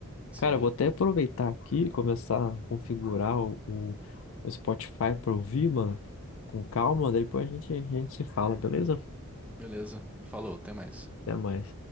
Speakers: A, in the centre; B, on the left.
A: sim.
B: Cara, eu vou até aproveitar aqui e começar a configurar o, o, o Spotify pra ouvir, mano, com calma, daí depois a gente, a gente se fala, beleza?
A: Beleza. Falou, até mais.
B: Até mais.